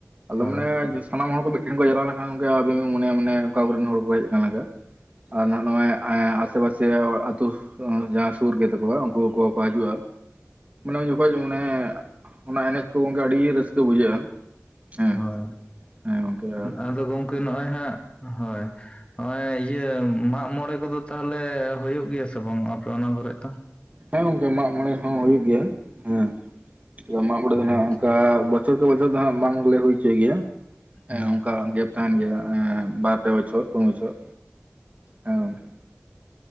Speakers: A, on the right; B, on the left.
A: ᱟᱞᱚᱢ
B: ᱦᱳᱭ
A: ᱢᱚᱱᱮᱭᱟᱼᱼ ᱥᱟᱱᱟᱢ ᱦᱚᱲ ᱠᱚ ᱢᱤᱫᱴᱷᱮᱱ ᱠᱚ ᱡᱟᱣᱨᱟ ᱞᱮᱱᱠᱷᱟᱱ ᱜᱚᱝᱠᱮ ᱟᱵᱤᱱ ᱢᱚᱱᱮᱭᱟ ᱢᱟᱱᱮ ᱚᱠᱟ ᱠᱚᱨᱮᱱ ᱦᱚᱲ ᱠᱚ ᱦᱮᱡ ᱠᱟᱱ ᱞᱮᱠᱟ᱾ ᱟᱨ ᱱᱟᱜ ᱱᱚᱦᱼᱚᱭ ᱟᱥᱮ ᱯᱟᱥᱮ ᱟᱛᱩᱼᱼ ᱡᱟᱦᱟᱸᱭ ᱥᱩᱨ ᱜᱮᱛᱟ ᱠᱚᱣᱟ ᱩᱱᱠᱩ ᱦᱚᱠᱚ ᱦᱤᱡᱩᱜᱼᱟ ᱢᱟᱱᱮ ᱩᱱ ᱡᱚᱠᱷᱚᱡ ᱢᱟᱱᱮ ᱚᱱᱟ ᱮᱱᱮᱡ ᱠᱚ ᱜᱚᱢᱠᱮ ᱟᱰᱤ ᱨᱟᱹᱥᱠᱟᱹ ᱵᱩᱡᱷᱟᱹᱜᱼᱟ᱾ ᱦᱮᱸ
B: ᱦᱳᱭ
A: ᱦᱮᱸ ᱜᱚᱝᱠᱮ ᱟᱨ
B: ᱟᱫᱚ ᱜᱚᱝᱠᱮ ᱱᱚᱜᱼᱚᱭ ᱦᱟᱜ ᱦᱳᱭᱼᱼ ᱱᱚᱜᱼᱚᱭ ᱤᱭᱟᱹ ᱢᱟᱜᱢᱚᱬᱮ ᱠᱚᱫᱚ ᱛᱟᱦᱞᱮ ᱦᱩᱭᱩᱜ ᱜᱮᱭᱟ ᱥᱮ ᱵᱟᱝ ᱟᱯᱮ ᱚᱱᱟ ᱠᱚᱨᱮᱫ ᱫᱚ?
A: ᱦᱮᱸ ᱜᱚᱝᱠᱮ ᱢᱟᱜ ᱢᱚᱬᱮ ᱦᱚᱸ ᱦᱩᱭᱩᱜ ᱜᱮᱭᱟ ᱦᱮᱸ ᱟᱫᱚ ᱢᱟᱜ ᱢᱚᱬᱮ ᱫᱚ ᱱᱟᱜ
B: ᱟᱪᱪᱷᱟ
A: ᱚᱱᱠᱟ ᱼᱼ ᱵᱚᱪᱷᱚᱨ ᱠᱮ ᱵᱚᱪᱷᱚᱨ ᱫᱚ ᱦᱟᱜ ᱵᱟᱝᱞᱮ ᱦᱩᱭᱦᱚᱪᱚᱭ ᱜᱮᱭᱟ
B: ᱦᱩᱸ
A: ᱦᱮᱸ ᱚᱝᱠᱟ ᱜᱮᱯᱼᱼ ᱛᱟᱦᱮᱱ ᱜᱮᱭᱟ ᱮᱽ ᱵᱟᱨᱯᱮ ᱵᱚᱪᱷᱚᱨ ᱯᱩᱱ ᱵᱚᱪᱷᱚᱨ ᱦᱮᱸ ᱜᱚᱝᱠᱮ᱾